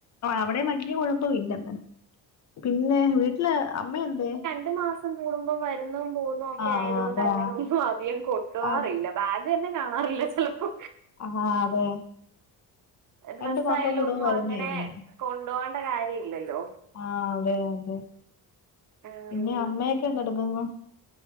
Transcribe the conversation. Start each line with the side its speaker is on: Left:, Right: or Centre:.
Left: അവിടെ വലൃ കൊഴപ്പവില്ലങ്ങനെ പിന്നെ വീട്ടില് അമ്മ എന്തിയെ
Right: ഒരുമാസം കൂടുമ്പോ വരുന്നതും പോകുന്നതും ഒക്കെ
Left: ആഹ്
Right: ആയതുകൊണ്ട്
Left: അതാ
Right: അങ്ങനെയൊന്നും അധികം കൊണ്ടുപോവാറില്ല
Left: ആഹ്
Right: ബാഗ്തന്നെ കാണാറില്ല ചിലപ്പോ
Left: ഹാ അതെ
Right: ഡ്രസ്സായാലും
Left: രണ്ടു മാസം കൂടുമ്പോ
Right: ഒന്നും
Left: വരുന്നയല്ലേ
Right: അങ്ങനെ കൊണ്ടുപോകേണ്ട കാര്യമില്ലല്ലോ
Left: ആ അതെയതെ
Right: ഉം
Left: പിന്നെ അമ്മയൊക്കെ എന്തെടുക്കുന്നു